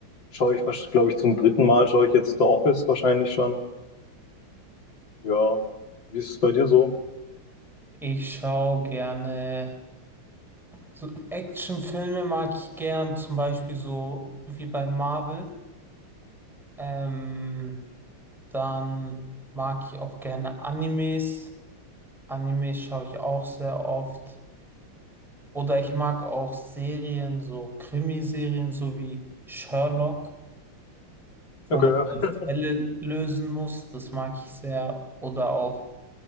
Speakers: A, on the left (about 65°); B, in the centre.
A: schaue ich, glaube ich, zum dritten Mal schaue ich jetzt The Office wahrscheinlich schon. Ja, wie ist es bei dir so?
B: Ich schaue gerne so Actionfilme mag ich gern, zum Beispiel so wie bei Marvel. Ähm, dann mag ich auch gerne Animes. Animes schaue ich auch sehr oft. Oder ich mag auch Serien, so Krimiserien, so wie Sherlock. wo
A: Okay,
B: man
A: <laughs>
B: die
A: ja.
B: Fälle lösen muss. Das mag ich sehr. Oder auch,